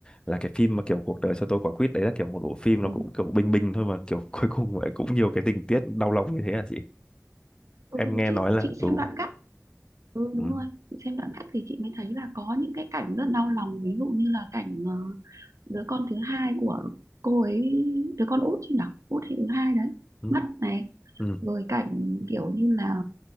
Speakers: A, on the left; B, on the right.
A: là cái phim mà kiểu cuộc đời cho tôi quả quýt đấy là kiểu một bộ phim
B: ừ,
A: nó cũng kiểu bình bình thôi mà kiểu <laughs> cuối cùng lại cũng nhiều cái tình tiết đau lòng như thế à chị
B: ừ,
A: em nghe
B: chị
A: nói là
B: chị
A: ừ
B: xem đoạn cắt ừ đúng
A: ừ
B: rồi chị xem đoạn cắt thì chị mới thấy là có những cái cảnh rất đau lòng ví dụ như là cảnh ờ, đứa con thứ hai của cô ấy đứa con út chứ nhở út thì thứ hai đấy
A: ừ
B: mất này
A: ừ
B: rồi cảnh kiểu như là